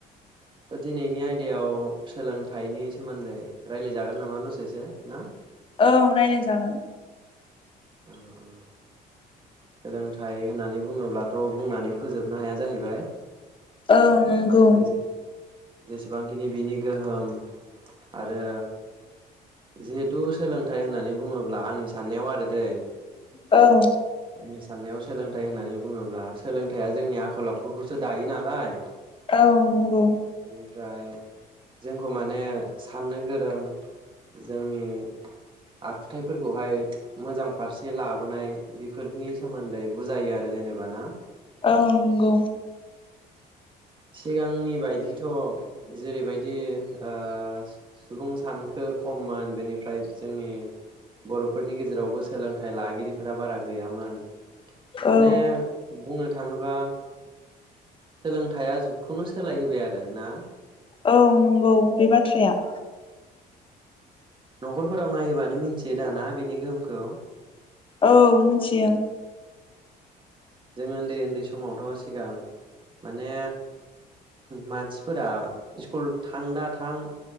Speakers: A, on the right (about 30°); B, on the left (about 30°).
A: दा दिनैनि आयदायाव सोलोंथाइनि सोमोन्दै राय्लायजागोन नामा दसेसो ना
B: औ राय्लायजागोन
A: उम उम सोलोंथाइ होननानै बुङोब्ला थ बुंनानै फोजोबनो हाया जाहैबाय
B: औ नंगौ
A: ज <unintelligible> से जसे गोबांखिनि बिनि गोहोम आरो जिहेथु सोलोंथाइ होननानै बुङोब्ला आंनि साननायाव आरो दै
B: औ
A: आंनि साननायाव सोलोंथाइ होननानै बुङोब्ला सोलोंथाया जोंनि आखल आखुखौसो दायो नालाय
B: औ नंगौ
A: बेनिफ्राय जोंखौ माने साननो गोरो जोंनि आखुथायफोरखौहाय मोजां फारसे लाबोनाय बेफोरनि सोमोन्दै बुजायो आरो जेनेबा ना
B: औ नंगौ
A: सिगांनि बायदिथ जेरैबायदि ओ सुबुं सानखो खममोन बेनिफ्राय जोंनि बर'फोरनि गेजेरावबो सोलोंथाइ लागिरिफोरा बारा गैयामोन माने
B: औ
A: बुंनो थाङोबा सोलोंथाय या जुगखौनो सोलायहोबाय आरो ना
B: औ नंगौ बे बाथ्राया
A: नखरफोराव नायोबानो मिथियो दाना बेनि गोहोमखौ
B: औ मिथियो
A: जों उन्दै उन्दै समावथ सिगां माने मानसिफोरा स्कुल थां दा थां